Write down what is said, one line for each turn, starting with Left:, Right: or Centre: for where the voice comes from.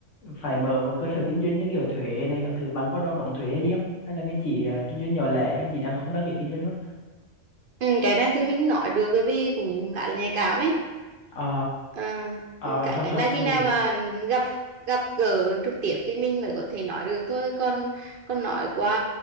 Left: phải mở một cơ sở kinh doanh như kiểu thuế này các thứ bạn có đo đóng thuế hay gì không? Hay là mình chỉ à, kinh doanh nhỏ lẻ mình chỉ đang không đăng ký kinh doanh luôn?
Right: ừ, cái này thì mình nói được bởi vì cũng khá là nhạy cảm ấy
Left: Ờ
Right: à,
Left: Ờ,
Right: cái
Left: sao
Right: cái
Left: sao
Right: này
Left: sao
Right: khi
Left: đây
Right: nào
Left: bạn?
Right: mà gặp gặp gỡ trực tiếp thì mình mới có thể nói được thôi còn còn nói qua